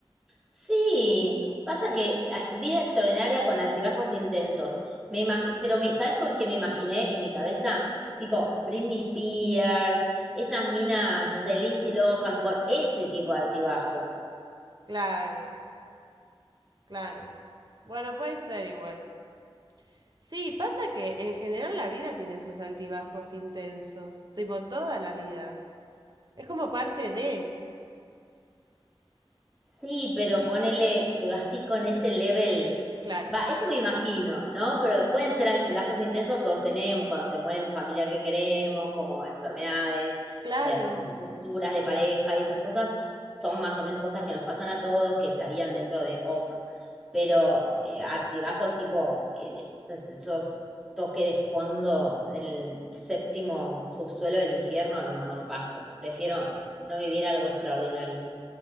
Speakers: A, in the centre; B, on the right.
A: Sí, pasa que ah, vida extraordinaria con altibajos intensos. Me imagi- pero me, ¿sabes con qué me imaginé en mi cabeza? Tipo Britney Spears, esas minas, no sé, Lindsay Lohan, con ese tipo de altibajos.
B: Claro, claro. Bueno, puede ser igual. Sí, pasa que en general la vida tiene sus altibajos intensos, tipo toda la vida. Es como parte de...
A: Sí, pero ponele, pero así con ese level.
B: Claro,
A: Va, eso me imagino, ¿no? Pero pueden ser altibajos intensos, todos tenemos, cuando se muere un familiar que queremos, como enfermedades,
B: claro,
A: o sea, rupturas de pareja y esas cosas, son más o menos cosas que nos pasan a todos, que estarían dentro de OK. Pero eh, altibajos tipo es- es- esos toques de fondo en el séptimo subsuelo del infierno, no, no paso. Prefiero no vivir algo extraordinario.